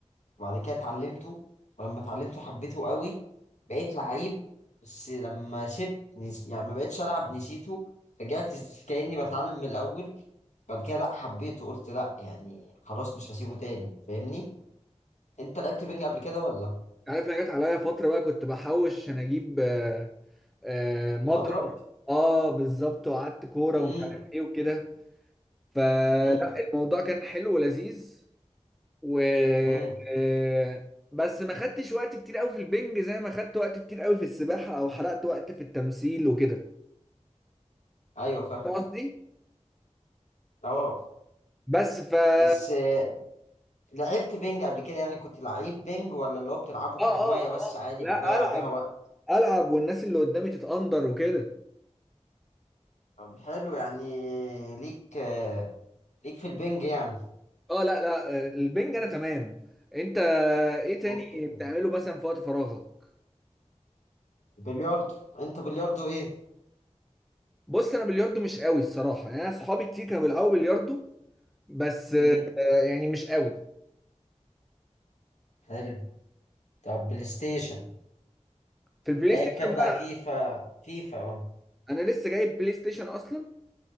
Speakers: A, on the left (about 75°); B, in the centre.
A: وبعد كده اتعلمته ولما اتعلمته حبيته قوي بقيت لعيب بس لما سبت نس... يعني ما بقتش العب نسيته رجعت كاني بتعلم من الاول بعد كده لا حبيته قلت لا يعني خلاص مش هسيبه تاني فاهمني انت لعبت بينج قبل كده ولا
B: عارف انا جت عليا فتره بقى كنت بحوش عشان اجيب آه، آه، مضرب
A: مضرب
B: اه بالظبط وقعدت كوره
A: امم
B: ومش عارف ايه وكده فلا
A: امم
B: الموضوع كان حلو ولذيذ و
A: امم
B: آه، بس ما خدتش وقت كتير قوي في البنج زي ما خدت وقت كتير قوي في السباحه او حرقت وقت في التمثيل وكده
A: ايوه فاهم
B: فاهم قصدي
A: اه
B: بس ف اه
A: بس آه، لعبت بينج قبل كده يعني كنت لعيب بينج ولا اللي هو بتلعبه
B: اه
A: كهواية
B: اه آه.
A: بس عادي
B: لا
A: بتضيع
B: العب
A: بيها وقت
B: العب والناس اللي قدامي تتقندر وكده
A: طب حلو يعني ليك آه، ليك في البنج يعني
B: اه لا لا البنج انا تمام انت ايه تاني
A: اوكي
B: بتعمله مثلا في وقت فراغك
A: بلياردو انت بلياردو ايه
B: بص انا بلياردو مش قوي الصراحه يعني انا اصحابي كتير كانوا بيلعبوا بلياردو بس آه،
A: امم
B: يعني مش قوي
A: حلو طب بلاي ستيشن
B: في البلاي
A: ايا
B: ستيشن
A: كان
B: بقى
A: بقى فيفا فيفا اه
B: انا لسه جايب بلاي ستيشن اصلا